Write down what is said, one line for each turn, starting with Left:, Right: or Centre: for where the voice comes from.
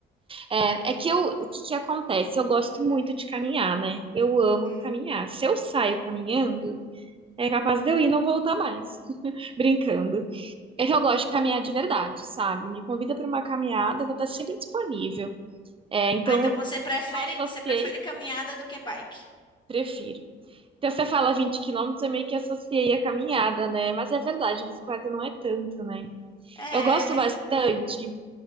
Right: É, é que eu, o que que acontece? Eu gosto muito de caminhar, né? Eu amo
Left: Hum.
Right: caminhar. Se eu saio caminhando, é capaz de eu ir e não voltar mais, <laughs> brincando. É que eu gosto de caminhar de verdade, sabe? Me convida para uma caminhada, eu vou estar sempre disponível. É, então
Left: Ah, então você prefere,
Right: eu associei,
Left: você prefere caminhada do que bike?
Right: prefiro. Então você fala 20 quilômetros, eu meio que associei a caminhada, né? Mas é verdade, bicicleta não é tanto, né?
Left: É,
Right: Eu gosto
Left: é mais
Right: bastante.
Left: tranquilo.